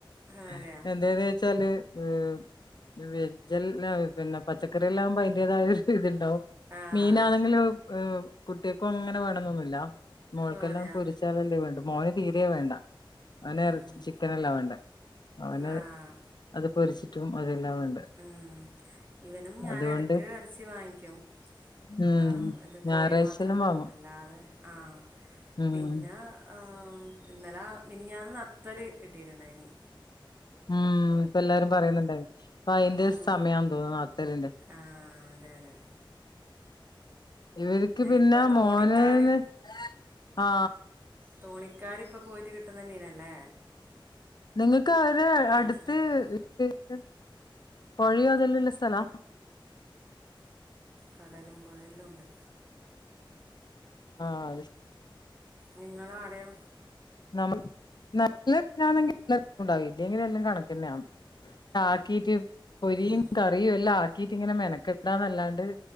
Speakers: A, on the right (about 25°); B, on the left (about 55°).
A: അതെയാ
B: ഹേ എന്തേതെ ച്ചാലേ മം വേജെല്ലാം നാം ഒരിതന്നെ പച്ചക്കറില്ലാം അയിന്റെതായരു രീതില് ട്ടോ
A: ആഹ്
B: മീനാണെങ്കിലും എ ഹ് കുട്ടേക്കും ഇങ്ങനെവേണന്നൊന്നുല്ല മോൾക്കെല്ലാം
A: ഓ അതെയാ
B: പൊരിച്ചാലെല്ലാം വേണ്ടു മോന് തീ.. രേം വേണ്ട അവന്
A: ഉം
B: ഇറച്ചി ചിക്കനെല്ല വേണ്ടത് അവന്
A: ആഹ്
B: അത് പൊരിച്.. എല്ലാം വേണ്ടേ
A: ഉം ഇവനും ഞാനും
B: അതുകൊണ്ട്
A: എടക് എറച്ചി വാങ്ങിക്കും.
B: ഉം
A: ആ മം ഇത് കോഴി
B: ഞായറാഴ്ചെല്ലാം
A: മാ.. ത്രം
B: വാങ്ങും
A: നല്ലാതെ ആ
B: ഉം
A: പിന്നാ ഹ്. ആ മം ഇന്നലാ മിനിഞ്ഞാന്ന് നത്തല് കിട്ടീട്ടിണ്ടായിനി.
B: മം ഇപ്പേല്ലാരും പറയുന്നുണ്ടായിരുന്നിന് അയിന്റരു
A: ഉം
B: സമയാന്നു തോന്നുന്നു നത്തലിന്റെ.
A: ആഹ് അതെ അതെ
B: ഇവര്ക് പിന്നെ
A: ഇപ്പം തോണിക്കാര്
B: മോനെന്ന് ആ
A: തോണിക്കാര് ഇപ്പം പോയിറ്റ് കിട്ടുന്ന മീനെല്ലേ..
B: നിങ്ങക്കവരെ അടുത്ത്
A: വെച്ചിട്ടുണ്ടല്ലോ
B: ഗ്ങ്ങേ.. പോയതെല്ലാള്ളസ്ഥലാ
A: കടലുംപുഴയെല്ലും ഉണ്ട്
B: ആ ഹ് അത്.
A: നിങ്ങളാടെയോ
B: നമ നല്ല തിനാണെങ്കി എല്ലാര്ക്കുണ്ടാവും ഇതെല്ലേതും കണക്കാന്നഅന് ആകീറ്റ് പൊരിയും
A: ഉം
B: കറിയെല്ലാകീറ്റ് ഇങ്ങനെ മെനക്കറ്റല്ലാണ്ട്